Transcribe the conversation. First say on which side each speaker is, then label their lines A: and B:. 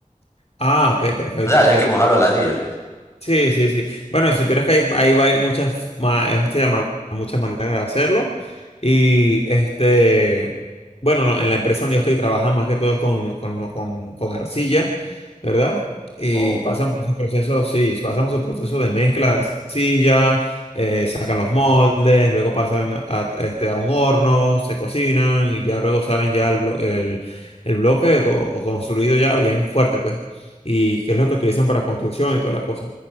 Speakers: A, on the left (about 50°); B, on the left (about 20°).
A: ah, ok, perfecto,
B: O sea,
A: perfecto.
B: el que moja los ladrillos, pues.
A: Sí, sí, sí. Bueno, si supieras que hay, hay vari- muchas, ma- eh, se llama, muchas maneras de hacerlo. Y este, bueno, no, en la empresa donde yo estoy trabajando más que todo es con, con, con, con arcilla, ¿verdad? Y
B: Oh, bueno,
A: pasan
B: bueno.
A: por su proceso, sí, pasan por su proceso de mezcla de arcilla, eh, sacan los moldes, luego pasan a, este, a un horno, se cocinan y ya luego salen ya el, blo- el, el bloque o o construido ya bien fuerte, pues y qué es lo que utilizan para construcción y toda la cosa.